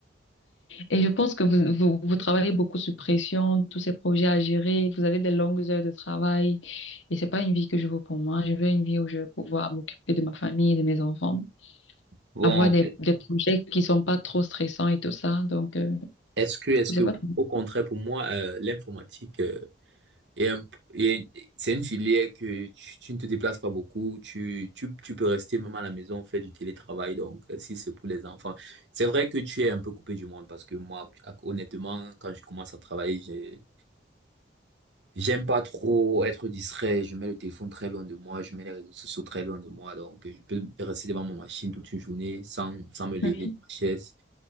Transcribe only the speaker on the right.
Bon,
est-ce que, est-ce
que,
au contraire, pour moi, euh, l'informatique, euh, est un- est- c'est une filière que tu, tu ne te déplaces pas beaucoup, tu, tu, tu peux rester même à la maison, faire du télétravail, donc, euh, si c'est pour les enfants. C'est vrai que tu es un peu coupé du monde parce que moi, honnêtement, quand je commence à travailler, J'aime pas trop être distrait. Je mets le téléphone très loin de moi. Je mets les réseaux sociaux très loin de moi. Donc, euh, je peux rester devant ma machine toute une journée sans, sans me lever
de ma chaise.